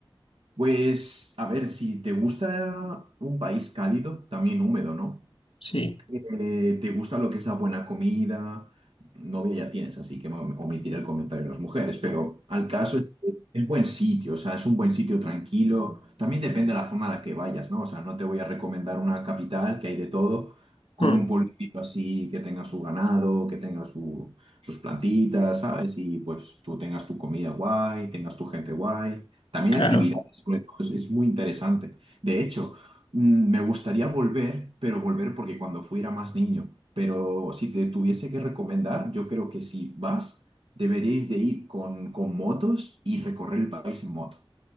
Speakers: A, on the right (about 75°); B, on the left (about 85°).
A: Pues, a ver, si te gusta un país cálido, también húmedo, ¿no?
B: Sí.
A: Eh, ¿te gusta lo que es la buena comida? Novia ya tienes, así que no- omitiré el comentario de las mujeres, pero al caso es, que es buen sitio, o sea, es un buen sitio tranquilo. También depende de la zona a la que vayas, ¿no? O sea, no te voy a recomendar una capital que hay de todo, con
B: Mm,
A: un pueblecito así que tenga su ganado, que tenga su- sus plantitas, ¿sabes? Y pues tú tengas tu comida guay, tengas tu gente guay. También
B: Claro.
A: actividades, sobre todo, es es muy interesante. De hecho, Mm, Me gustaría volver, pero volver porque cuando fui era más niño. Pero si te tuviese que recomendar, yo creo que si vas, deberíais de ir con, con motos y recorrer el país en moto.